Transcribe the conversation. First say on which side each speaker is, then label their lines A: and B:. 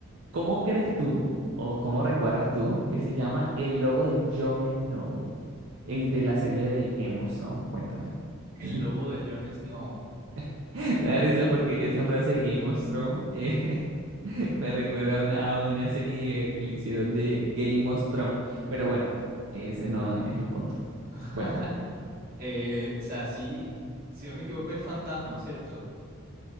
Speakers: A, on the right; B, on the right.
A: ¿Cómo crees tú o cómo recuerdas tú que se llama el lobo de Jon Snow en, de la serie de Game of Thrones? Cuéntame.
B: El
A: <laughs>
B: lobo de Jon Snow.
A: <laughs> Me da risa porque esa frase de Game of Thrones eh, <laughs> me recuerda a una, a una serie eh, que le hicieron de Game of Thrones. Pero bueno, ese no es el punto.
B: <laughs>
A: Cuéntame.
B: Eh, o sea, sí, si no me equivoco es fantasma, ¿cierto?